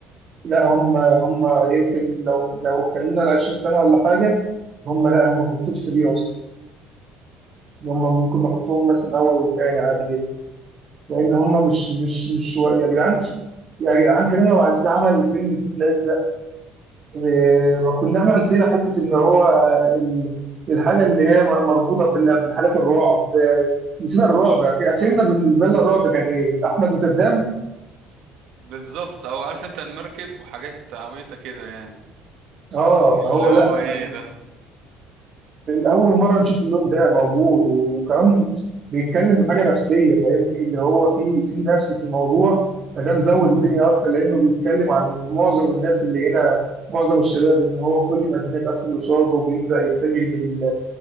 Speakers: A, on the right; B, on the right.
A: لا هم هم يمكن لو لو اتكلمنا على 20 سنه ولا حاجه هم لا هم في التوب 3 اصلا هم ممكن نحطهم مثلا اول وثاني عادي جدا لان هم مش مش مش و- يا جدعان يا جدعان كريم عبد العزيز عمل فيلم الفيل الازرق آه، ما كنا احنا نسينا حته ان هو ال- الحاجه اللي هي مربوطه بال- بالحاجات الرعب آه، نسينا الرعب اخرنا بالنسبه لنا الرعب كان ايه؟ احمد نوتردام
B: بالظبط او عارف انت المركب وحاجات عبيطه كده يعني
A: اه فهو
B: اللي هو
A: لا
B: ايه
A: لما
B: ده
A: اول مره نشوف اللون ده موجود وكمان بيتكلم بحاجه نفسيه فاهمني اللي هو في في نفس في الموضوع فده مزود الدنيا اكتر لانه بيتكلم عن معظم الناس اللي هنا معظم الشباب ان هو كل ما الدنيا تقفل قصاده بيبدا يتجه لل